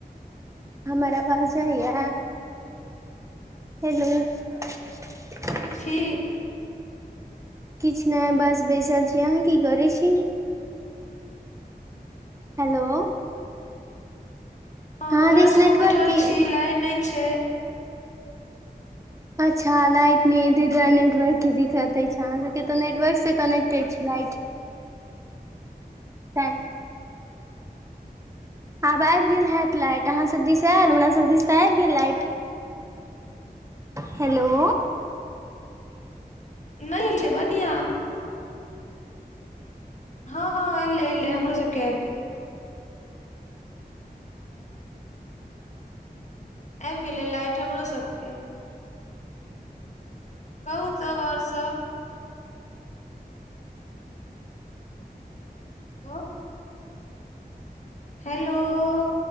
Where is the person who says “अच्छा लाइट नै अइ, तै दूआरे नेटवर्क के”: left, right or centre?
Right